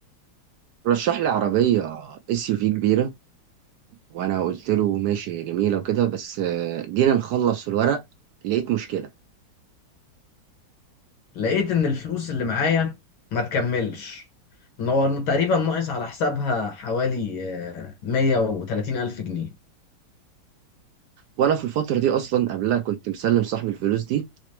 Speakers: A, on the right; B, on the left.
A: رشح لي عربية اس يو في كبيرة وانا قلت له ماشي جميله وكده بس آه، جينا نخلص الورق لقيت مشكله
B: لقيت ان الفلوس اللي معايا ما تكملش ان هو تقريبا ناقص على حسابها حوالي آه، 130 الف جنيه
A: وانا في الفتره دي اصلا قبلها كنت مسلم صاحبي الفلوس دي